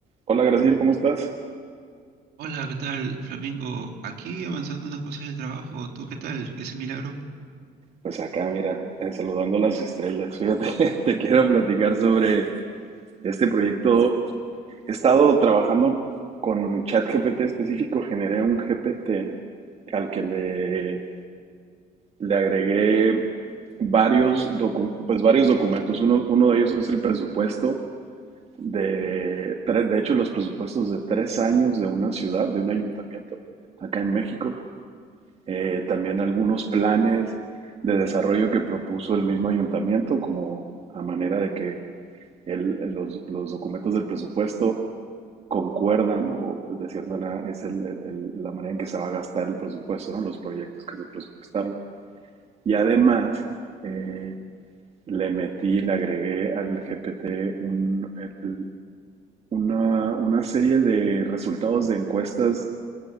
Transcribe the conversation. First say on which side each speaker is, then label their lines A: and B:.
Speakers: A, on the right; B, on the right.
A: Hola Graciela, ¿cómo estás?
B: Hola, ¿qué tal, Flamingo? Aquí avanzando unas cosas del trabajo. ¿Tú qué tal? ¿Ese milagro?
A: Pues acá, mira, eh, saludando las estrellas. Fíjate, <laughs> te quiero platicar sobre este proyecto. He estado trabajando con ChatGPT específico, generé un GPT al que le, le agregué varios, docu- pues varios documentos. Uno, uno de ellos es el presupuesto de, tre- de hecho, los presupuestos de tres años de una ciudad, de un ayuntamiento acá en México. eh, también algunos planes de desarrollo que propuso el mismo ayuntamiento, como a manera de que el- los, los documentos del presupuesto concuerdan, o de cierta manera es el- el- la manera en que se va a gastar el presupuesto, ¿no? los proyectos que se presupuestaron. Y además, eh, le metí, le agregué al GPT un- el- una, una serie de resultados de encuestas